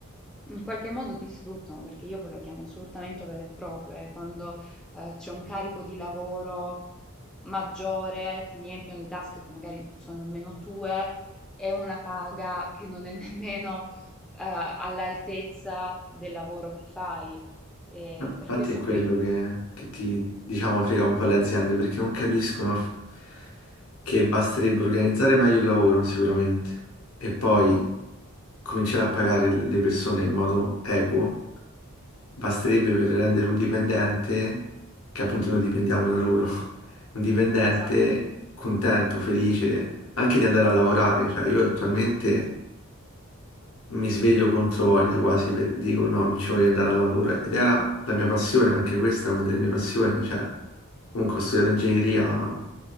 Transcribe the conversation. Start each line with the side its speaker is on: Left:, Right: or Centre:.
Centre: in qualche modo ti sfruttano, perché io poi lo chiamo sfruttamento vero e proprio, eh, quando eh, c'è un carico di lavoro maggiore, ti riempiono di task che magari non sono nemmeno tue e una paga che non è <laughs> nemmeno eh, all'altezza del lavoro che fai. E
Left: No,
Centre: per
Left: Infatti
Centre: questo
Left: è quello
Centre: poi,
Left: che, che ti, diciamo, frega un po' le aziende perché non capiscono il f- che basterebbe organizzare meglio il lavoro sicuramente e poi cominciare a pagare le le persone in modo equo basterebbe per rendere un dipendente, che appunto noi dipendiamo da loro, <laughs> un dipendente
Centre: esatto.
Left: contento, felice anche di andare a lavorare. Cioè, io attualmente mi sveglio contro voglia quasi, per- dico no, non ci voglio andare al lavoro. Ed era la mia passione, anche questa è una delle mie passioni. Cioè, comunque ho studiato ingegneria